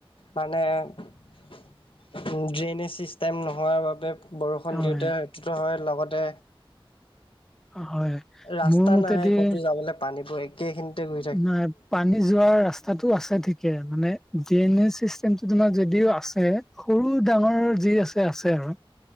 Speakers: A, on the left; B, in the centre.
A: মানে ড্ৰেইনেজ চিষ্টেম নোহোৱাৰ বাবে বৰষুণ
B: হয়
A: দিওঁতে সিটো হয় লগতে
B: অ হয়।
A: ৰাস্তা
B: মোৰ মতেদি
A: নাই কতো যাবলৈ পানীবোৰ একেখিনিতে গৈ
B: নাই পা নী যোৱাৰ ৰাস্তাটো আছে ঠিকে মানে ড্ৰেইনেজ চিষ্টেমটো তোমাৰ যদিও আছে সৰু ডাঙৰ যি আছে আছে আৰু।